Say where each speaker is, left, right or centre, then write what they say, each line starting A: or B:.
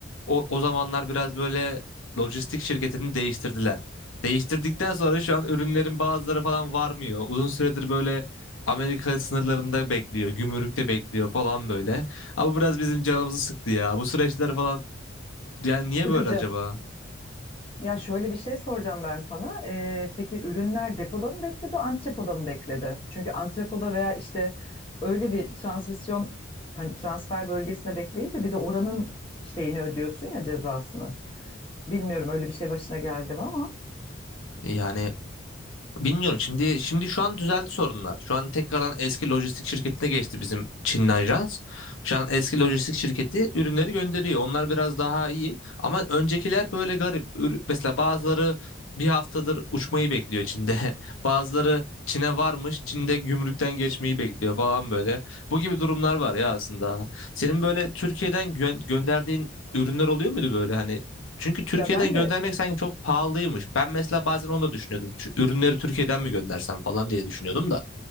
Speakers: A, on the left; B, on the left.
A: o, o zamanlar biraz böyle lojistik şirketini değiştirdiler. Değiştirdikten sonra şu an ürünlerin bazıları falan varmıyor. Uzun süredir böyle Amerika sınırlarında bekliyor, gümrükte bekliyor falan böyle. Ama bu biraz bizim canımızı sıktı ya. Bu süreçler falan yani niye
B: Sıkıcı.
A: böyle acaba?
B: Ya şöyle bir şey soracağım ben sana. Ee, peki ürünler depoda mı bekledi, antrepoda mı bekledi? Çünkü antrepoda veya işte öyle bir transisyon hani transfer bölgesine bekleyince bir de oranın şeyini ödüyorsun ya cezasını. Bilmiyorum öyle bir şey başına geldi mi ama
A: Yani Bilmiyorum. Şimdi şimdi şu an düzeldi sorunlar. Şu an tekrardan eski lojistik şirketine geçti bizim Çinli ajans. Şu an eski lojistik şirketi ürünleri gönderiyor. Onlar biraz daha iyi ama öncekiler böyle garip. Ür- Mesela bazıları bir haftadır uçmayı bekliyor Çin'de. <laughs> Bazıları Çin'e varmış, Çin'de gümrükten geçmeyi bekliyor falan böyle. Bu gibi durumlar var ya aslında. Senin böyle Türkiye'den gö- gönderdiğin ürünler oluyor muydu böyle? Hani çünkü Türkiye'den
B: ya ben
A: göndermek
B: de
A: sanki çok pahalıymış. Ben mesela bazen onu da düşünüyordum. Şu Ürünleri Türkiye'den mi göndersem falan diye düşünüyordum da.